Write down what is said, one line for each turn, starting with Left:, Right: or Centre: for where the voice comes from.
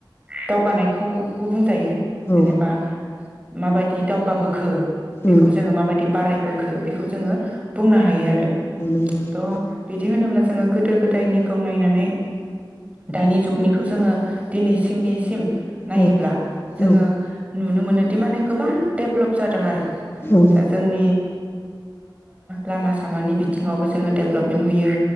Right: दावगानायखौबो बुंजायो जेनेबा
Left: औ
Right: माबायदि दावगाबोखो बेखौ
Left: ओं
Right: जोङो माबायदि बि बारायबोखो बेखौ जोङो बुंनो हायो आरो
Left: <unintelligible>
Right: थ' बिदि होनोब्ला जोङो गोदो गोदायनिखौ नायनानै दानि जुगनिखौ जोङो दिनैसिम निसिम नायोब्ला
Left: औ
Right: जोङो
Left: औ
Right: नुनो मोनोदि माने गोबां डेभलप जादों आरो
Left: औ
Right: दा जोंनि लामा सामानि बिथिङावबो जोङो डेभेलपमेन्ट नुयो